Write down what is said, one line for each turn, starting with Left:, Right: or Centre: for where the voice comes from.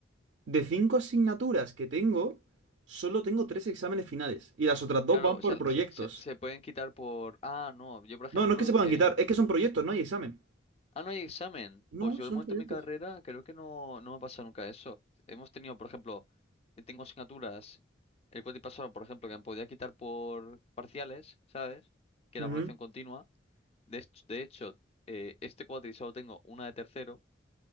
Right: de cinco asignaturas que tengo, solo tengo tres exámenes finales y las otras dos
Left: Claro,
Right: van
Left: o
Right: por
Left: sea,
Right: proyectos.
Left: eh, se, se pueden quitar por. Ah, no. Yo, por ejemplo.
Right: No, no es que se puedan
Left: eh,
Right: quitar, es que son proyectos, no hay examen.
Left: Ah, no hay examen.
Right: No,
Left: Pues yo,
Right: son
Left: de momento,
Right: proyectos.
Left: en mi carrera, creo que no, no me ha pasado nunca eso. Hemos tenido, por ejemplo, eh, tengo asignaturas. El cuatrimestre pasado, por ejemplo, que me podía quitar por parciales, ¿sabes? Que
Right: Ujú.
Left: era evaluación continua. De, hech- de hecho, eh, este cuatri solo tengo una de tercero.